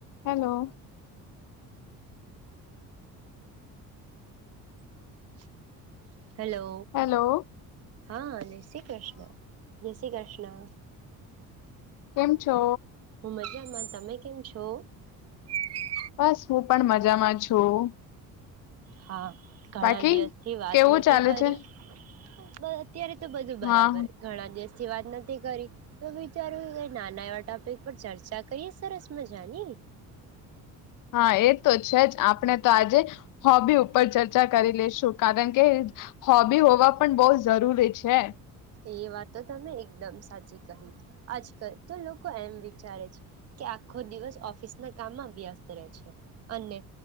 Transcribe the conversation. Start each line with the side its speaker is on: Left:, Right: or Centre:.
Left: Hello
Right: <inaudible> hello
Left: hello
Right: હા જય શ્રી કૃષ્ણ જય શ્રી કૃષ્ણ
Left: કેમ છો
Right: હું મજામાં તમે કેમ છો છ
Left: બસ હું પણ મજામાં છું
Right: હા ઘણા
Left: બાકી
Right: દિવસ થી વાત
Left: કેવું
Right: નથી
Left: ચાલે
Right: કરી
Left: છે
Right: બ અત્યારે તો બધું બરાબર
Left: હા
Right: ઘણા દિવસ વાત નથી કરી તો વિચાર નાના એવા ટોપિક પર ચર્ચા કરીએ સરસ મજાની
Left: હા એ તો છે જ આપણે તો આજે હોબી ઉપર ચર્ચા કરી લેશું કારણ કે હોબી હોવા પણ બહુ જરૂરી છે
Right: એ વાતો તો તમે એકદમ સાચી કહી આજકાલ તો લોકો એમ વિચારે છે કે આખો દિવસ ઓફિસના કામમાં વ્યસ્ત રહે છે અને